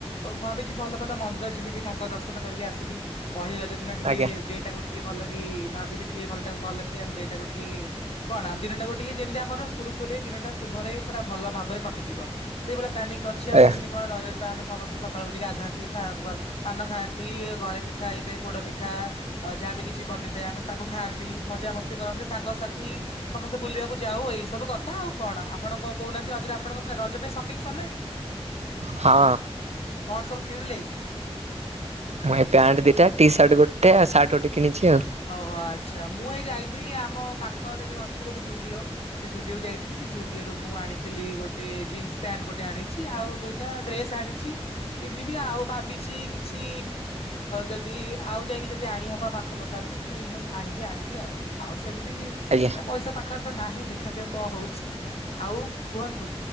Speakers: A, on the left; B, on the right.
A: ଭାବିଛିି ଭଲ ଭଲ ମନ୍ଦିର ଯିବି ଟିକେ ଠାକୁର ଦର୍ଶନ କରିକି ଆସିବି ପହିଲି ରଜ ଦିନ ଟିକେ
B: ଆଜ୍ଞା
A: ଡେଟାକୁ ଟିକେ ଭଲ ଲାଗେ କି ଭାବିଛି ଟିକେ ଭଲ ଟାକୁ ଭଲ କି ଆମେ ଏଟାକୁ ଟିକେ କଣ ଆମ ଦିନଟାକୁ ଟିକେ ଯେମିତି ଆମର ସୁରୁଖୁରେ ଦିନଟା ଶୁଭରେ ପୁରା ଭଲ ଭାବରେ କ? ଯିବା ସେଇଭଳି ପ୍ଳାନିଂ କରିଛି ଆ
B: ଆଜ୍ଞା
A: ସେମତି କଣ ରଜ? ତ ଆମେ ସମସ୍ତେ ସକାଳୁ ଉଠିକି ଗାଧାନ୍ତି ପାନ ଖାଆନ୍ତି ଘରେ ପିଠା ହେଇଥାଏ ପୋଡ ପିଠା ଯାହାବି କିଛି ବନିଥାଏ ଆମେ ତାକୁ ଖାଆନ୍ତି ମଜାମସ୍ତି କରନ୍ତି ସାଙ୍ଗସାଥି ସମସ୍ତେ ବୁଲିବାକୁ ଯାଉ ଏଇ ସବୁ କଥା ଆଉ କଣ ଆପଣଙ୍କ କୋହୁନାହାନ୍ତି ଆପଣଙ୍କର ରଜ ପାଇଁ ସପିଙ୍ଗ ସରିଲେଣି
B: ହଁ
A: କଣ ସବୁ କିଲି
B: ମୁଁ ପ୍ୟାଣ୍ଟ ଦିଟା ଟି ସାର୍ଟ ଗୋଟେ ସାର୍ଟ ଗୋଟେ କିଣିଛି ଆଉ
A: ଓହୋ ଆଚ୍ଛା ମୁଁ ଏଇ ଯାଇଥିଲି ଆମ ପାଖରେ ଅଛି ଗୋଟେ ଜୁଡିଓ ସେ ଜୁଡିଓକୁ ଯାଇଥିଲି ସେ ଜୁଡିଓରୁ ମୁଁ ଆଣିଥିଲି ଗୋଟେ ଜିନ୍ସ ପ୍ୟାଣ୍ଟ ଗୋଟେ ଆଣିଛି ଆଉ ଦୁଇଟା ଡ୍ରେସ ଆଣିଛି ପିନ୍ଧିବି ଆଉ ଭାବିଛି କିଛି ଯଦି ଆଉ ଯାଇକି ଯଦି ଆଣିହବା ପାଖ ଦୋ ଦୋକାନୁ ଯଦି ଯାଇକି ଆଣିବି ଆଣିବି ଆଉ ଆଉ ସେମିତି
B: ଆଜ୍ଞା
A: ପଇସା ପାଖରେ ତ ନାହିଁ ଦେଖାଯାଉ କଣ ହଉଛି ଆଉ କୁହନ୍ତୁ।